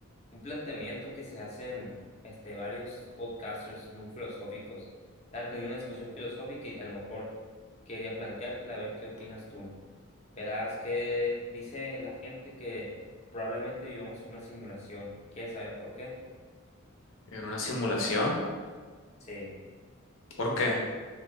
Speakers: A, on the left; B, on the left.
A: un planteamiento que se hacen, este, varios podcasters muy filosóficos. Estaban teniendo una discusión filosófica y a lo mejor quería planteártela, a ver qué opinas tú. Verás que dice la gente que probablemente vivamos una simulación. ¿Quieres saber por qué?
B: ¿En una simulación?
A: Sí.
B: ¿Por qué?